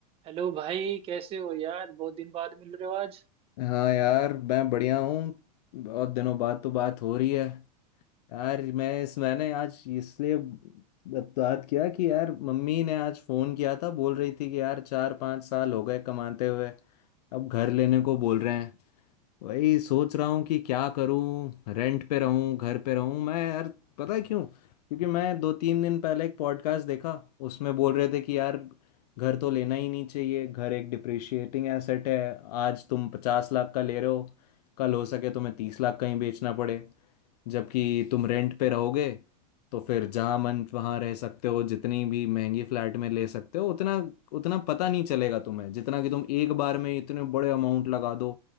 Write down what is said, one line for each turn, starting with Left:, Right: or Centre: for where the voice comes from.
Right: Hello भाई कैसे हो यार बहुत दिन बाद मिल रहे हो आज
Left: हाँ यार मैं बढ़िया हूँ बहुत दिनों बाद तो बात हो रही है यार मैं इस मैंने आज इसलिए बात किया कि यार मम्मी ने आज फ़ोन किया था बोल रही थी कि यार चार पाँच साल हो गए कमाते हुए अब घर लेने को बोल रहे हैं वही सोच रहा हूँ कि क्या करूँ रेंट पे रहूँ घर पे रहूँ मैं यार पता है क्यों क्योंकि मैं दो तीन दिन पहले एक पॉडकास्ट देखा उसमें बोल रहे थे कि यार घर तो लेना ही नहीं चाहिए घर एक डिप्रिशिएटिंग एसेट है आज तुम पचास लाख का ले रहे हो कल हो सके तुम्हें तीस लाख का ही बेचना पड़े जबकि तुम रेंट पे रहोगे तो फिर जहाँ मन वहाँ रह सकते हो जितनी भी महंगी फ्लैट में ले सकते हो उतना उतना पता नहीं चलेगा तुम्हें जितना कि तुम एक बार में इतने बड़े अमाउंट लगा दो